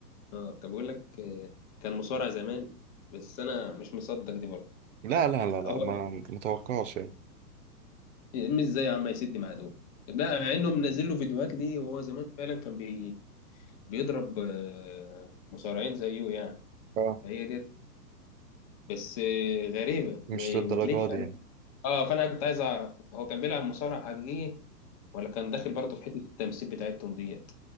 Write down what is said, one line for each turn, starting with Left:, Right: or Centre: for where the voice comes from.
Left: آه، كان بيقول لك آه، كان مصارع زمان بس انا مش مصدق دي برضه
Right: لا لا لا لا
Left: هو
Right: ما متوقعش يعني
Left: مش ازاي يا عم يسد مع دول بقى مع انه منزل له فيديوهات ليه وهو زمان فعلا كان بي بيضرب آه، مصارعين زيه يعني
Right: اه
Left: فهي ديت بس آه، غريبة
Right: مش
Left: ما
Right: للدرجة
Left: ما تليقش
Right: دي
Left: عليه
Right: يعني
Left: اه فانا كنت عايز اعرف هو كان بيلعب مصارع حقيقي ولا كان داخل برضه في حتة التمثيل بتاعتهم ديت